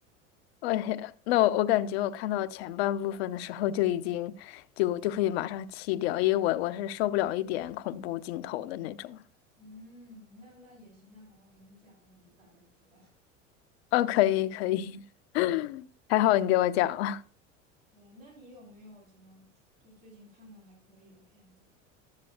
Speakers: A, on the left; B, on the right.
A: <laughs> 我天，那我我感觉我看到前半部分的时候就已经就就会马上弃掉，因为我我是受不了一点恐怖镜头的那种。
B: 嗯，那那也行，那反正我给你讲了，你就大概知道。
A: 哦，可以可以，<laughs> 还好你给我讲了。
B: <laughs> 对，那你有没有什么就最近看的还可以的片子？